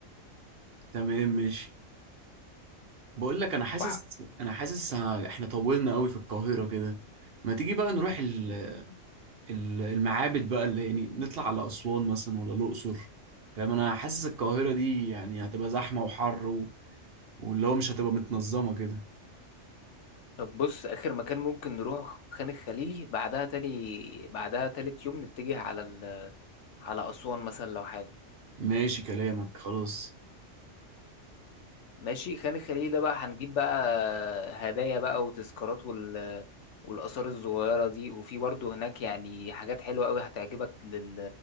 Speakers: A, on the right; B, on the left.
A: <laughs> تمام ماشي بقول لك انا حاسس
B: وح-
A: انا حاسس ه- احنا طولنا قوي في القاهرة كده ما تيجي بقى نروح ال- ال- المعابد بقى اللي يعني نطلع على اسوان مثلا ولا الاقصر فاهم انا حاسس القاهرة دي يعني هتبقى زحمة وحر واللي هو مش هتبقى متنظمة كده
B: طب بص آخر مكان ممكن نروحه خان الخليلي بعدها تاني بعدها تالت يوم نتجه على ال على أسوان مثلا لو حابب
A: ماشي كلامك خلاص
B: ماشي خان الخليل ده بقى هنجيب بقى هدايا بقى وتذكارات وال والآثار الصغيرة دي وفي برضه هناك يعني حاجات حلوة أوي هتعجبك لل...